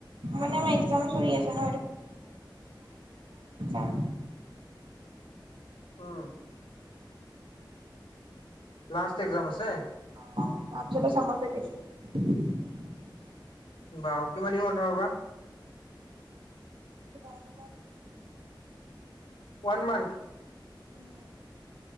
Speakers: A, on the right (about 85°); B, on the left (about 85°).
A: মানে মোৰ একজাম চলি আছে, উম
B: উম লাষ্ট একগ্জাম আছে
A: <unintelligible>
B: বা কিমান বন্ধ বা
A: ওান মন <unintelligible>
B: ওৱান মান্থ
A: উম <unintelligible>